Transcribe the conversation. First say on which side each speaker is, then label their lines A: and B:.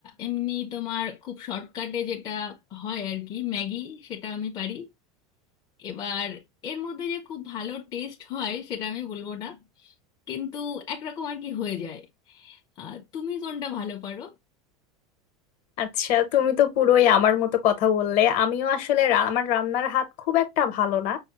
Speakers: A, on the left (about 25°); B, on the left (about 45°).
A: এমনি তোমার খুব শর্টকাটে যেটা হয় আর কি ম্যাগি সেটা আমি পারি এবার এর মধ্যে যে খুব ভালো টেস্ট হয় সেটা আমি বলবো না কিন্তু একরকম আর কি হয়ে যায় আহ, তুমি কোনটা ভালো পারো
B: আচ্ছা তুমি তো পুরোই আমার মতো কথা বললে আমিও আসলে রা- আমার রান্নার হাত খুব একটা ভালো না